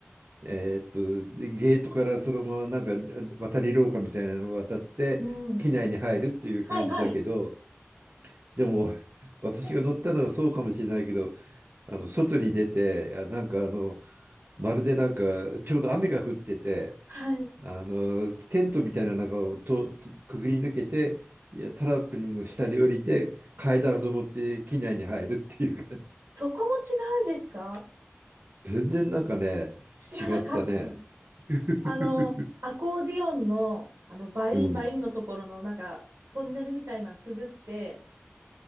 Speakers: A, on the right; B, on the right.
A: えーっと、ゲートからそのまま、なんか、渡り廊下みたいなのを渡って、
B: うん。
A: 機内に入るっていう感じだけど、
B: はいはい。
A: でも、私が乗ったのがそうかもしれないけど、
B: え、
A: あの、外に出て、あなんか、あの、まるでなんか、ちょうど雨が降ってて、
B: はい。
A: あの、テントみたいな中をととくぐり抜けて、いや、タラップの下に降りて、階段を登って機内に入るっていう感じ。
B: そこも違うんですか
A: <laughs> 全然なんかね、
B: 知らなかった。
A: 違ったね。<laughs>
B: あの、アコーディオンの、あの、バインバインのところの、
A: うん。
B: なんか、トンネルみたいなのくぐって、